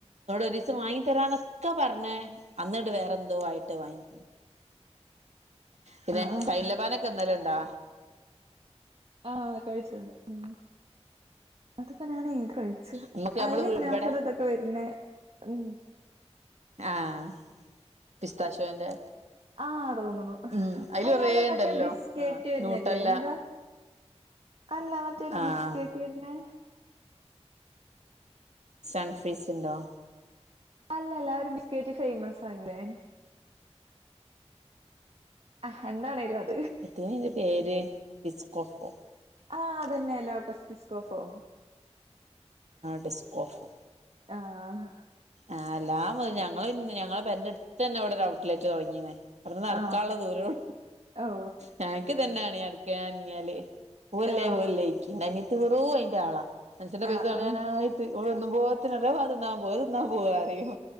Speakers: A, on the right (about 80°); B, on the right (about 60°).
A: ഒരീസം വാങ്ങി തരാന്നൊക്കെ പറഞ്ഞേ അന്നിട്ട് വേറെന്തോ ആയിട്ട് വാങ്ങി പിന്നെ
B: ആ ആ
A: സൈൻലബാനൊക്കെ ഇന്നല ഉണ്ടോ
B: ആഹ കഴിച്ചിട്ടുണ്ട് ഉ അതിപ്പോ ഞൻ എത് കഴിച്ച
A: നമ്മക്ക് നമ്മള്
B: അല
A: ഇവിടെ
B: ാസഡത്തൊക്കെ വരുന്ന ഉ
A: ആഹ പിസ്താശോന്റെ
B: ആഹ തോന്നണ
A: ഉം അയില്
B: അയെല്ല
A: കൊറേ ഇണ്ടല്ലോ
B: മറ്റേ ബിസ് കട്ടി
A: ആഹ്
B: വരുന്നല്ലേ
A: ന്യൂട്ടല്ല
B: എന്താ അല്ല മറ്റേരു
A: ആഹ്
B: ബിസ്കറ്റ് ഇന്ന്െ
A: സൻ ഫ്രീസ് ഉണ്ടോ
B: അല്ല എല്ലാവരും ബിസ്കറ്റ് ഫേമസ് ആ ഇതെ ആഹ എന്താണെലു അത്
A: എത്തേനി അയിന്റെ പേര് പിസ്കോകൊ
B: ആഹ്‌ അതന്നെ ലോട്ടോസ് പിസ്കോഫോ
A: ഡിസ്ക് ഓഫ്
B: ആഹ
A: ആ അല്ലാ മതി ഞങ്ങള്ൾ പിന്നെ ഞങ്ങള് പ എന്റെടുത്ത് തന്നെ ഇവിടെ ഒരു ഔട്ട്ലെറ്റ് തുടങ്ങീന്നേ അവിടുന്ന് നടക്കാനുള്ള
B: ആ
A: ദൂരള്ള
B: ഓ
A: ഞനക്ക് തന്നെയണ നടക്കൻഞ്ഞാല് പോവ അല്ലേ
B: ആ
A: പോവല്ലേക്ക് നനട്ട കുറു അതിന്റെ ആളാ മനുഷ്യ്ന്റെ പൈസ
B: ആ
A: കളയാനായിട്ട്
B: ആ
A: ഒന്നും പോത്തിനല്ല പന്നാൻ പോന്നാ പോവാറും